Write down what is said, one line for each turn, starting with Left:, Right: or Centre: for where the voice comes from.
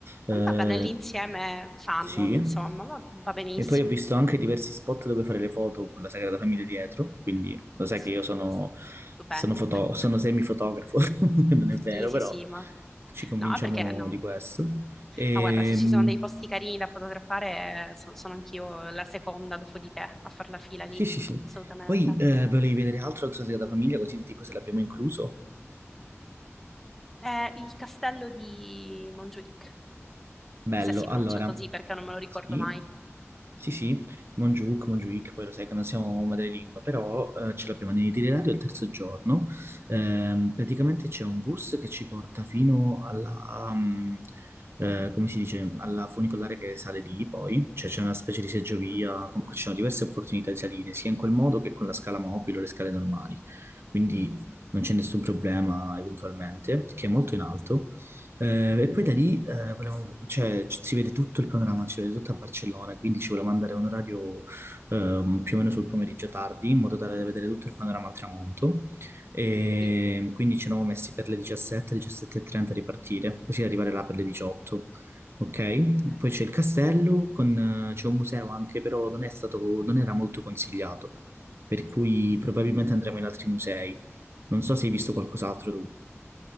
Right: Eh,
Centre: Va bene, l'insieme fanno,
Right: sì.
Centre: insomma, va, va benissimo.
Right: E poi ho visto anche diversi spot dove fare le foto con la Sagrada Famiglia dietro, quindi lo sai
Centre: S-
Right: che io sono,
Centre: s- Stupendo.
Right: sono, foto-
Centre: <laughs>
Right: sono semifotografo, <laughs> non
Centre: Sì,
Right: è vero,
Centre: sì,
Right: però
Centre: sì, ma...
Right: ci convinciamo
Centre: No, perché no?
Right: di questo. Ehm,
Centre: Ma guarda, se ci sono dei posti carini da fotografare, eh, so- sono anch'io la seconda dopo di te a far la fila
Right: sì,
Centre: lì,
Right: sì, sì.
Centre: assolutamente.
Right: Poi eh, volevi vedere altro, altro Sagrada Famiglia, così ti dico se l'abbiamo incluso.
Centre: È il castello di Montjuic,
Right: Bello,
Centre: se si
Right: allora,
Centre: pronuncia così, perché non me lo ricordo
Right: sì,
Centre: mai.
Right: sì, sì, Monjuk, Monjuic, poi lo sai che non siamo madrelingua, però eh, ce l'abbiamo nell'itinerario il terzo giorno. Ehm, praticamente c'è un bus che ci porta fino alla, mm, eh, come si dice, alla funicolare che sale lì poi, cioè c'è una specie di seggiovia,
Centre: Mhm,
Right: comunque ci sono diverse opportunità di salire, sia in quel modo che con la scala mobile o le scale normali, quindi non c'è nessun problema eventualmente, perché è molto in alto. Eh, e poi da lì eh, volevamo- cioè, ci- si vede tutto il panorama, si vede tutto a Barcellona, quindi ci volevamo andare a un orario ehm, più o meno sul pomeriggio tardi, in modo tale da vedere tutto il panorama al tramonto. E
Centre: Sì,
Right: quindi ci eravamo messi per le 17, 17.30 a ripartire, così da arrivare là per le 18. Ok,
Centre: ok.
Right: poi c'è il castello, con, eh, c'è un museo anche, però non è stato, non era molto consigliato, per cui probabilmente andremo in altri musei. Non so se hai visto qualcos'altro tu.